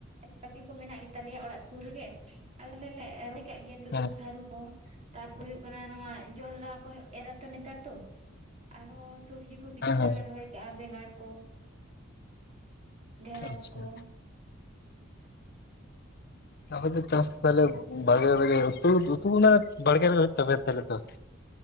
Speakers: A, on the right (about 35°); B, on the left (about 50°).
A: ᱵᱟᱲᱜᱮ ᱠᱚ ᱢᱮᱱᱟᱜ ᱜᱮᱛᱟᱞᱮᱭᱟ ᱚᱲᱟᱜ ᱥᱩᱨ ᱨᱮᱜᱮ ᱟᱞᱮ ᱫᱚᱞᱮ ᱨᱚᱦᱚᱭ ᱠᱟᱜ ᱜᱮᱭᱟ ᱱᱤᱛᱚᱜ
B: ᱦᱮᱸ
A: ᱫᱚ ᱥᱟᱹᱨᱩ ᱚ ᱛᱟᱨᱯᱚᱨ ᱦᱩᱭᱩᱜ ᱠᱟᱱᱟ ᱱᱚᱣᱟ ᱡᱚᱱᱰᱨᱟ ᱠᱚ ᱮᱨᱟ ᱛᱚ ᱱᱮᱛᱟᱨ ᱛᱚ ᱟᱨᱦᱚᱸ ᱥᱩᱵᱽᱡᱤ ᱠᱚ ᱠᱤᱪᱷᱩᱜᱟᱱᱞᱮ
B: ᱦᱮᱸ ᱦᱮᱸ
A: ᱨᱚᱦᱚᱭ ᱠᱟᱜᱼᱟ ᱵᱮᱸᱜᱟᱲ ᱠᱚ ᱰᱷᱮᱸᱲᱚᱥ
B: ᱟᱪᱪᱷᱟ
A: ᱠᱚ <inaudible>
B: ᱟᱯᱮ ᱫᱚ ᱪᱟᱥ ᱛᱟᱦᱞᱮ ᱵᱟᱲᱜᱮ ᱨᱮᱜᱮ ᱩᱛᱩ ᱩᱛᱩ ᱢᱟᱱᱮ ᱵᱟᱲᱜᱮ ᱨᱮᱜᱮ ᱦᱳᱭᱳᱜ ᱛᱟᱯᱮᱭᱟ ᱛᱟᱦᱞᱮ ᱫᱚ